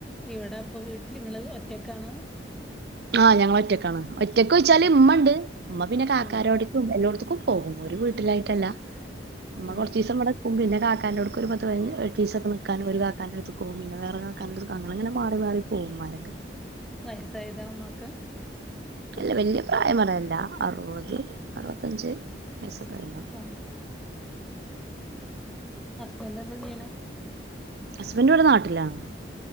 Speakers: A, in the centre; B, on the right.
A: ഇവിടെ അപ്പൊ വീട്ടിൽ ഇങ്ങള് ഒറ്റക്കാണ്
B: ആ ഞങ്ങളൊറ്റക്കാണ് ഒറ്റക്കോയ്ച്ചാല് ഇമ്മണ്ട് ഇമ്മ പിന്നെ കാക്കാരോടക്കും
A: ആഹ്
B: എല്ലോട്ത്ത്ക്കും പോകും ഒരു വീട്ടിലായിട്ടല്ല
A: ആഹ്
B: ഇമ്മ
A: ആഹ്
B: കൊറചീസം ഇവടെക്കും പിന്നെ കാക്ക കാക്കാന്റൊട്ക്ക്‌ ഒര് പത്ത് പയ്ന എട്ടീസൊക്കെ നിക്കാനും ഒര് കാക്കന്റെട്ത്ത്ക്കോവും പിന്നെ വേറെ കാക്കാന്റട്ത്ത്ക്ക് അങ്ങനങ്ങനെ മാറി മാറി പോകും ഉമ്മ മാരക്കെ
A: വയസ്സായതാ ഇമ്മാക്ക്
B: അല്ല വല്ല്യ പ്രായം പറയാല്ല അറുപത് അറുപത്തഞ്ച് വയസ്സൊക്കായിണ്ടാവും
A: ആഹ് ഹസ്ബൻഡ് എന്താ ചെയ്യ്ണെ?
B: ഹസ്ബൻഡ് ഇവടെ നാട്ടിലാണ്